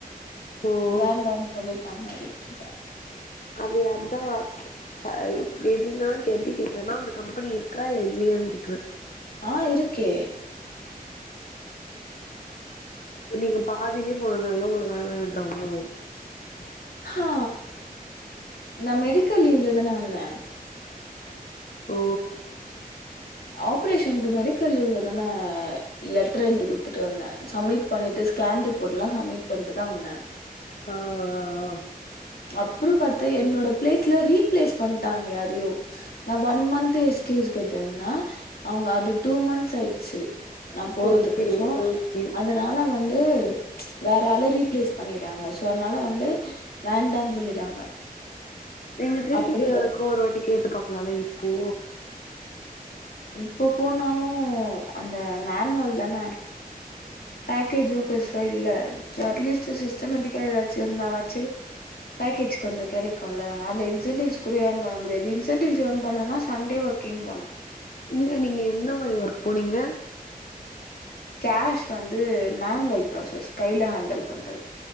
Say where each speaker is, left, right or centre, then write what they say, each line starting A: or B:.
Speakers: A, on the left; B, on the left.
A: ஓ
B: வேண்டா சொல்லிட்டாங்க அதுகிட்ட
A: அது அதா சேரி பேபினா <inaudible> எப்படி கேட்கிறேனா அந்த கம்பெனி இருக்கா இல்ல இல்லையான்னு கேக்குற
B: ஆ இருக்கே
A: நீங்க பாதிலியே போனதுனால உங்களுக்கு வேனா <unintelligible>
B: ஆ நா மெடிக்கல் லீவ்ல தானே வந்தே
A: ஓ
B: ஆப்ரேஷனுக்கு மெடிக்கல் லீவ்லதான லெட்டர் எழுதி கொடுத்துட்டு வந்தே சம்மிட் பண்ணிட்டு ஸ்கேன் ரிப்போர்ட் எல்லா சம்மிட் பண்ணிட்டு தா வந்தே
A: ஆ ஆ ஆ
B: அப்பறம் பாத்தா என்னோட பிளேஸ்ல ரீப்ளேஸ் பண்ணிட்டாங்க யாரையோ நா ஒன் மந்த்த் எக்ஸ்கயூஸ் கேட்டனா அவங்க அது டூ மந்த்ஸ் ஆகிடுச்சு நா போறதுக்கு
A: ஓகே
B: சோ
A: ஓகே
B: அதனால வந் வந்து வேற ஆள ரீப்ளேஸ் பண்ணிட்டாங்க சோ அதனால வந்து வேண்டான்னு சொல்லிட்டாங்க
A: எங்க திருப்பி
B: அப்படிதா
A: போய் எதுக்கோ ஒரு வாட்டி கேட்டு பாக்கலாம்ல இப்போ
B: இப்போ போனாலு அந்த மேன்வல் தானே பேக்கேஜம் பெருசா இல்ல அட்லீஸ் சிஸ்டமெட்டிக்கா ஏதாச்சு இருந்தாச்சு பேக்கேஜ் கொஞ்சோ கிடைக்கும்ல அதுல இன்சென்டிவ்ஸ் கூட ஏர்ன் பண்ண முடியாது இன்சென்டிவ்ஸ் ஏன் பண்ணும்னா சண்டே ஒர்கிங் போனோ
A: இல்ல நீங்க எந்த மாரி ஒர்க் போனீங்க
B: கேஷ் வந்து மேன்வல் ப்ராசஸ் கையில ஹேண்டல் பண்றது